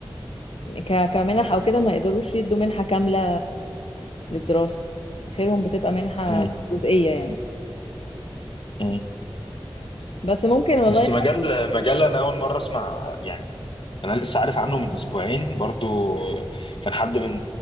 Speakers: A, on the left; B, on the left.
A: ك... كمنح أو كده ما يقدروش يدوا منحة كاملة للدراسة آخرهم بتبقى منحة
B: مم.
A: جزئية يعني
B: مم.
A: بس ممكن والله
B: بس مجال
A: حاجة
B: مجال انا اول مره اسمع يعني انا لسه عارف عنه من اسبوعين برضو كان حد من